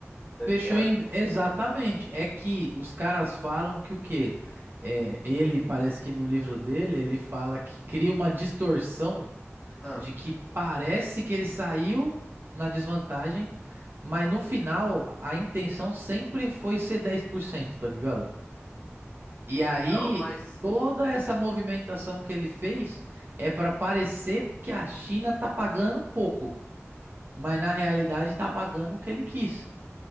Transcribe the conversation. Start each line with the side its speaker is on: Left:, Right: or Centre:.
Left: tá ligado?
Right: fechou em... Exatamente. É que os caras falam que o quê? É, ele, parece que no livro dele, ele fala que cria uma distorção
Left: Ah.
Right: de que parece que ele saiu na desvantagem, mas no final a intenção sempre foi ser 10%, tá ligado? E
Left: Então,
Right: aí
Left: mas.
Right: toda essa movimentação que ele fez é para parecer que a China tá pagando pouco, mas na realidade tá pagando o que ele quis.